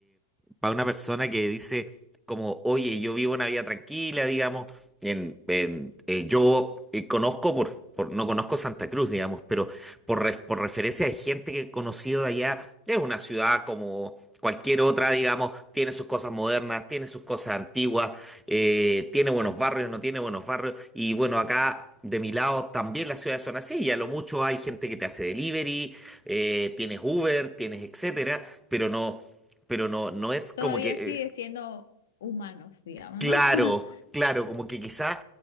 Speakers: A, in the centre; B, on the left.
A: para una persona que dice como, oye, yo vivo una vida tranquila, digamos, en, en- eh, yo eh, conozco por, por- no conozco Santa Cruz, digamos, pero por, ref- por referencia de gente que he conocido de allá, es una ciudad como cualquier otra, digamos, tiene sus cosas modernas, tiene sus cosas antiguas, eh, tiene buenos barrios, no tiene buenos barrios. Y bueno, acá de mi lado también las ciudades son así. Y a lo mucho hay gente que te hace delivery, eh, tienes Uber, tienes etcétera, pero no, pero no, no es como
B: Todavía
A: que, eh,
B: sigue siendo humanos, digamos,
A: claro,
B: ¿no? <laughs>
A: claro, como que quizás,